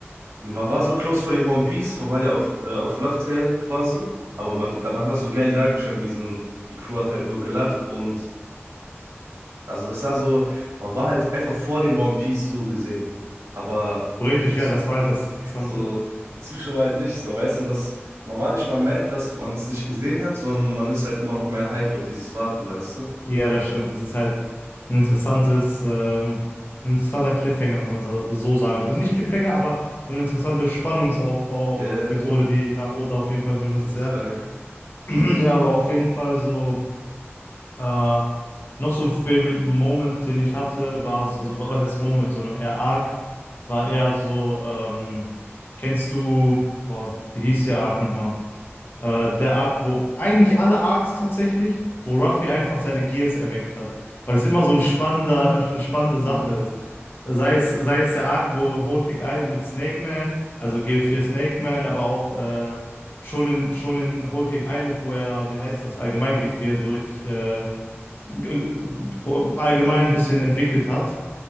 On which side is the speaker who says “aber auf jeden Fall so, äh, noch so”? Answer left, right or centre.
Left